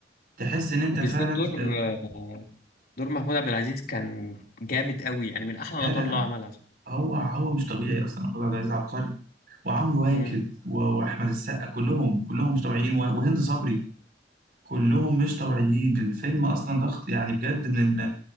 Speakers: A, on the right (about 55°); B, on the left (about 55°).
A: تحس ان انت
B: وبالذات
A: فعلا في
B: دور آه، دور محمود عبد العزيز كان جامد قوي يعني من أحلى
A: لا
B: الأدوار
A: لا لا
B: اللي هو عملها
A: هو هو مش طبيعي اصلا محمود عبد العزيز عبقري وعمرو واكد
B: امم
A: و- واحمد السقا كلهم كلهم مش طبيعيين و- وهند صبري كلهم مش طبيعيين الفيلم اصلا ضخ يعني بجد من